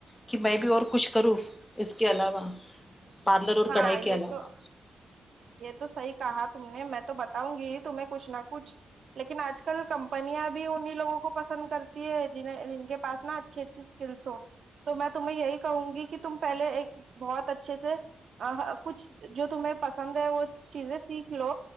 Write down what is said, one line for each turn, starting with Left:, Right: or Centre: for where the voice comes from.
Left: کہ میں بھی اور کچھ کروں اس کے علاوہ پارلر اور
Right: ہاں
Left: کڑھائی کے
Right: یہ
Left: علاوہ
Right: تو یہ تو صحیح کہا تم نے میں تو بتاؤں گی ہی تمہیں کچھ نہ کچھ لیکن آج کل کمپنیاں بھی انہیں لوگوں کو پسند کرتی ہے جنہیں جن کے پاس نا اچھی اچھی اسکلس ہو تو میں تمہیں یہی کہوں گی کہ تم پہلے ایک بہت اچھے سے کچھ جو تمہیں پسند ہے وہ چیزیں سیکھ لو